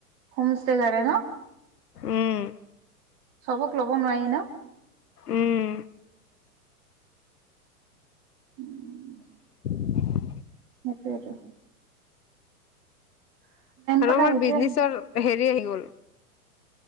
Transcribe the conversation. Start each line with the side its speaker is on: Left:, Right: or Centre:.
Right: হোম ষ্টে কাৰণে ন
Left: উম
Right: চবক ল'ব নোৱাৰি ন
Left: উম
Right: উম <unintelligible>
Left: <inaudible> <unintelligible>
Right: সেইটোৱে টো
Left: আৰু
Right: কথা
Left: আমাৰ
Right: সেইটোয়ে
Left: বিজনেচৰ হেৰি আহি গ'ল